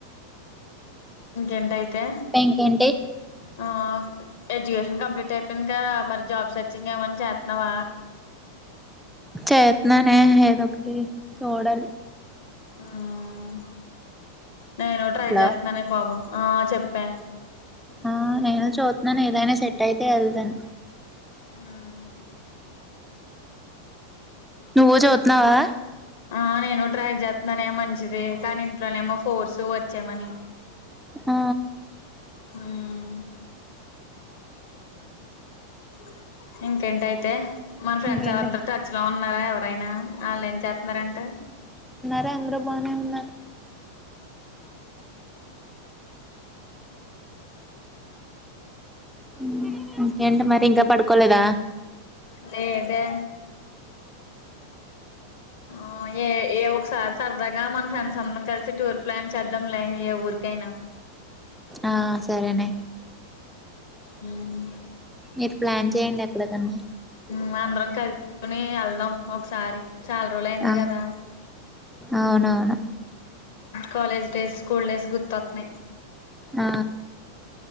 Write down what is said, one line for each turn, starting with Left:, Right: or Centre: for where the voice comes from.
Left: ఏంటైతే
Centre: ఇంకేంటి
Left: ఆ ఎజ్యుకేషన్ కంప్లీట్ అయిపోయింది కదా మరి జాబ్ సెర్చింగ్ ఏమన్న చేత్నావ
Centre: చేత్నానే ఏదో ఒకటి చూడాలి
Left: ఉమ్ నేను ట్రై
Centre: హలో
Left: చేత్నానే బాబు ఆ చెప్పా
Centre: ఆ నేను చూత్నాను ఏదైనా సెట్ అయితే ఎల్తాను
Left: ఉమ్
Centre: నువ్వు చూత్నావా
Left: ఆ నేను ట్రై చేత్నానే మంచిది కానీ ఇంట్లోనేమో ఫోర్సు వచ్చే మని
Centre: ఆ
Left: హ్మ్ <inaudible> ఇంకేంటైతే మన ఫ్రెండ్స్
Centre: ఇంకేంటి
Left: ఎవరన్న
Centre: మరి
Left: టచ్ లో ఉన్నారా ఎవ పైన ఆల్లెం చేత్నారంట
Centre: తే అందరూ బానే ఉన్నారు హ్మ్ ఇంకేంటి మరి ఇంకా పడుకోలేదా
Left: లేదే ఉ ఏ ఇయ్యే ఒకసారి సరదాగా మన ఫ్రెండ్స్ అందరం కలిసి టూర్ ప్లాన్ చేద్దాంలే ఏ ఊరికైనా
Centre: ఆ సరే నే
Left: హ్మ్
Centre: మీరు ప్లాన్ చేయండి ఎక్కడికన్నా
Left: ఉమ్ అందరం కలుసుకుని ఎళ్దాం ఒకసారి చాల్రోజలైంది
Centre: ఆ
Left: కదా
Centre: అవునవును
Left: కాలేజ్ డేస్ స్కూల్ డేస్ గుతతున్నాయి
Centre: ఆ